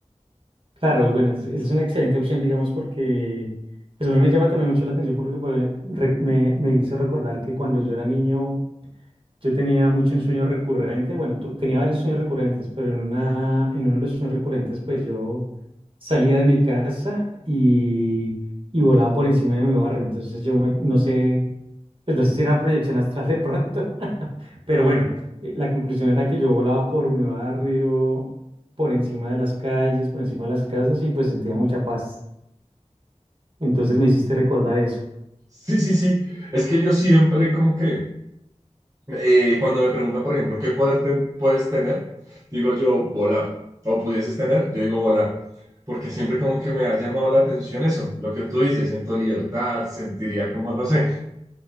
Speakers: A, on the right (about 45°); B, on the right (about 25°).
A: Claro, bueno, es- esa es una excelente opción, digamos, porque pues a mí me llama también mucho la atención porque por e- re- me, me hizo recordar que cuando yo era niño Yo tenía mucho un sueño recurrente, bueno, tu- tenía varios sueños recurrentes, pero en una, en uno de los sueños recurrentes, pues yo salía de mi casa y, y volaba por encima de mi barrio. Entonces yo me- no sé, pues no sé si era una proyección astral de pronto, <laughs> pero bueno, eh, la conclusión era que yo volaba por mi barrio, por encima de las calles, por encima de las casas y pues sentía mucha paz. Entonces me hiciste recordar eso,
B: Sí, sí, sí. Es que yo siempre como que, eh, cuando me preguntan, por ejemplo, ¿qué poder ten- puedes tener? Digo yo, volar. O pudieses tener, yo digo volar. Porque siempre como que me ha llamado la atención eso, lo que tú dices, siento libertad, sentiría como, no sé,